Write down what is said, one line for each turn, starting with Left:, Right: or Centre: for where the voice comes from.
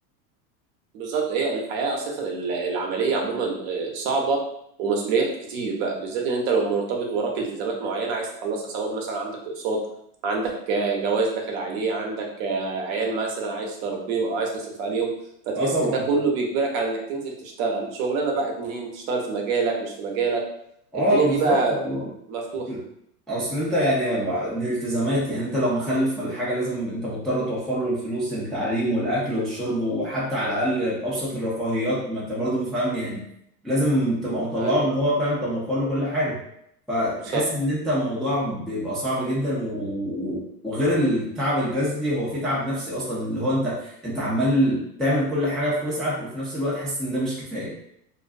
Right: بالظبط هي الحياة أساسا ال- العملية عموما آه، صعبة ومسؤوليات كتير بقى بالذات إن أنت لو مرتبط وراك التزامات معينة عايز تخلصها سواء مثلا عندك أقساط عندك آه، جواز داخل عليه عندك آه، عيال مثلا عايز تربيهم أو عايز تصرف عليهم فتحس
Centre: اه طبعا
Right: إن ده كله بيجبرك على إنك تنزل تشتغل شغلانة بقى اتنين تشتغل في مجالك مش في مجالك
Centre: اه
Right: الدنيا
Centre: بالظبط
Right: دي بقى
Centre: اللي
Right: م-
Centre: هو
Right: مفتوحة
Centre: اصل أصل انت يعني ما- دي التزامات يعني انت لو مخلف ولا حاجه لازم انت مضطر توفر له الفلوس التعليم والاكل والشرب وحتى على الاقل ابسط الرفاهيات ما انت برضه فاهم يعني لازم تبقى مطلعه
Right: أيوه
Centre: اللي هو فاهم انت موفر له كل حاجه فتحس
Right: صح
Centre: ان انت الموضوع بيبقى صعب جدا و... وغير التعب الجسدي هو في تعب نفسي اصلا اللي هو انت انت عمال تعمل كل حاجه في وسعك وفي نفس الوقت حاسس ان ده مش كفايه